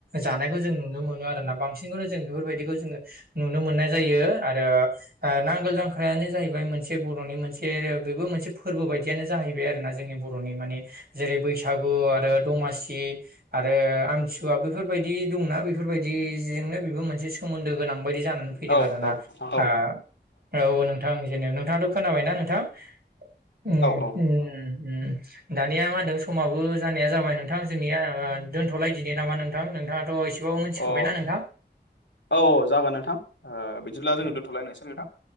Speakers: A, on the right; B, on the left.
A: जानायखौ जों नुनो मोनो आरो ना बांसिनखौनो जों बेफोरबायदिखौ जोङो नुनो मोननाय जायो आरो नांगोल जां ख्रायानो जाहैबाय मोनसे बर'नि मोनसे बेबो मोनसे फोरबो बायदियानो जाहैबाय आरोना जोंनि बर'नि माने जेरै बैसागु आरो दमासि आरो आमथिसुवा बेफोरबायदि दंना बेफोरबायदिजोंनो बेबो मोनसे सोमोन्दो गोनां बायदि जानानै फै फैदों
B: औ
A: आरोना
B: औ औ औ
A: आ औ नों नोंथां जेनेा नोंथाङाथ' खोनाबायना नोंथां उम
B: औ
A: उम दानिया मा होनदों समाबो जानाया जाबाय नोंथां जोंनिया दोनथ'लायदिनो नामा नोंथां नोंथाङाथ' एसे मिथिखाबाय
B: अ
A: ना नोंथां
B: औ जागोन नोंथां बिदिब्ला
A: औ
B: जोङो दोन्थ'लायनोसै नोंथां